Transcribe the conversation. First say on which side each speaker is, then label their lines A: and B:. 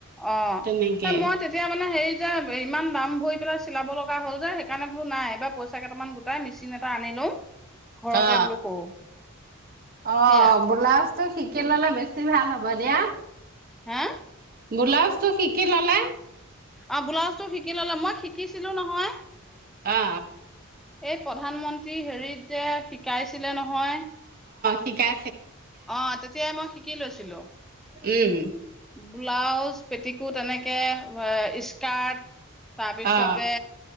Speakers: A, in the centre; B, on the right.
A: অ
B: তেনেকে
A: এ মই তেতিয়া মানে হেৰি যে ইমান দাম ভৰি পেলাই চিলাব লগা হ'ল যে সেইকাৰণে বোলো নাই এইবাৰ পইচা কেইটামান গোটাই মেচিন এটা আনি লও ঘৰত
B: অ
A: এ বোলো কৰো
B: অ
A: সেয়া
B: বোলাছ ত শিকি ললে বেছি ভাল হ'ব দিয়া
A: হে
B: বোলাছ শিকি ললে
A: অ ব্লাউজটো শিকি ললে মই শিকিছিলো নহয়
B: অ
A: এই প্ৰধানমন্ত্ৰী হেৰিত যে শিকাইছে ছিলে নহয়
B: শিকা
A: অ তেতিয়াই মই শি কি লৈছিলো
B: উম
A: ব্লাউজ পেটিকোত এনেকে স্কাৰ্ট তাৰপিছতে
B: অ